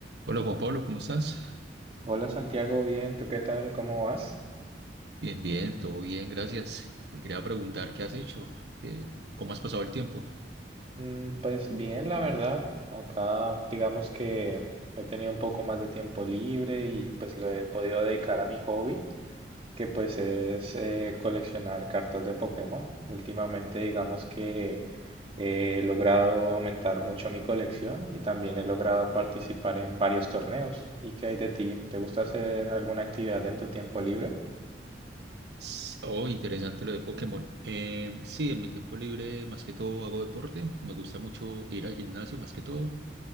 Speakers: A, on the right; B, on the right.
A: Hola Juan Pablo, ¿cómo estás?
B: Hola Santiago, bien, ¿tú qué tal? ¿Cómo vas?
A: Bien, bien, todo bien, gracias. Te quería preguntar qué has hecho, ¿Qué- cómo has pasado el tiempo.
B: Mm, Pues bien, la verdad. Acá digamos que he tenido un poco más de tiempo libre y pues lo he podido dedicar a mi hobby, que pues es eh, coleccionar cartas de Pokémon. Últimamente digamos que eh, he logrado aumentar mucho mi colección y también he logrado participar en varios torneos. ¿Y qué hay de ti? ¿Te gusta hacer alguna actividad en tu tiempo libre?
A: S- Oh, interesante lo de Pokémon. Eh, sí, en mi tiempo libre más que todo hago deporte, me gusta mucho ir al gimnasio más que todo